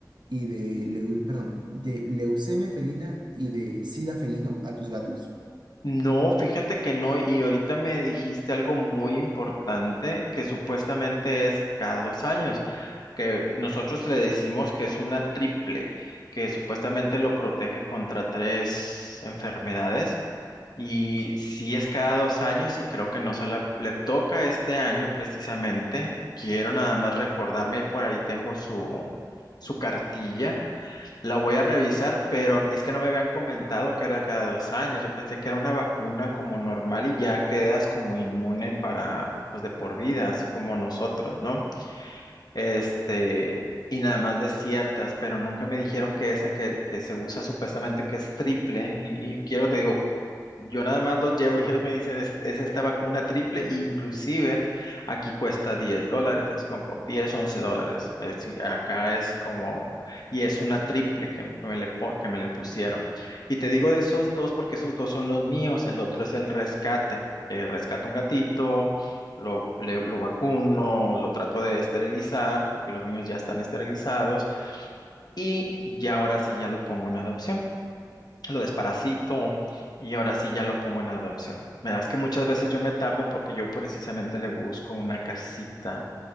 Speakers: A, on the right; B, on the left.
A: y de, leu- perdón, de leucemia felina y de sida felino a tus gatos?
B: No, fíjate que no, y ahorita me dijiste algo muy importante que supuestamente es cada dos años, que nosotros le decimos que es una triple, que supuestamente lo protege contra tres enfermedades, y sí es cada dos años y creo que no se la- le toca este año precisamente. Quiero nada más recordarme y por ahí tengo su, su cartilla la voy a revisar, pero es que no me habían comentado que era cada dos años. Yo pensé que era una vacuna como normal y ya quedas como inmune para, pues de por vida, así como nosotros, ¿no? Este, y nada más de ciertas, pero nunca me dijeron que esa que, que se usa supuestamente que es triple. Y quiero, te digo, yo nada más los llevo <laughs> y ellos me dicen, es, es esta vacuna triple, e inclusive aquí cuesta 10 dólares, es como 10 11 dólares. Es decir, acá es como, y es una triple que, que me le, po- que me le pusieron. Y te digo de esos dos porque esos dos son los míos, el otro es el rescate, que rescato un gatito, lo, le- lo vacuno, lo trato de esterilizar porque los míos ya están esterilizados y ya ahora sí ya lo pongo en adopción lo desparasito y ahora sí ya lo pongo en adopción. Verás que muchas veces yo me tardo porque yo precisamente le busco una casita